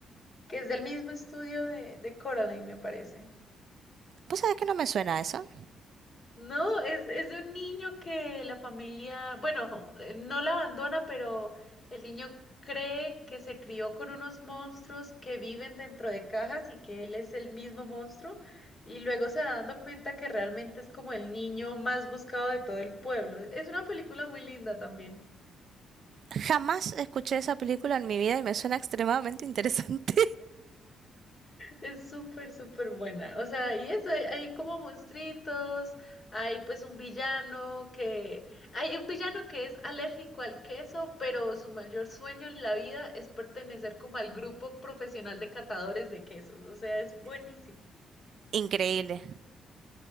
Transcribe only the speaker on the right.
¿Vos sabés que no me suena eso?
Jamás escuché esa película en mi vida y me suena extremadamente interesante.
<laughs> Increíble,